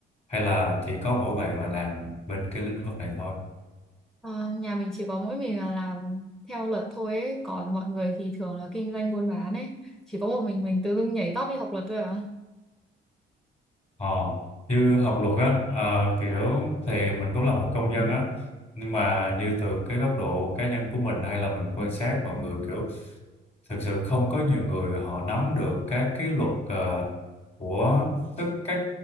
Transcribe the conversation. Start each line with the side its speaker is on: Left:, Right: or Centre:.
Left: hay là chỉ có mỗi bạn là làm bên cái lĩnh vực này thôi
Centre: Ờ, nhà mình chỉ có mỗi mình là làm theo luật thôi ấy. còn mọi người thì thường là kinh doanh buôn bán ấy chỉ có một mình mình tự dưng nhảy tót đi học luật thôi à
Left: Ờ, như học luật á ờ, kiểu thì mình cũng là một công dân á nhưng mà như từ cái góc độ cá nhân của mình hay là mình quan sát mọi người kiểu thực sự không có nhiều người họ nắm được các cái luật ờ, của tức các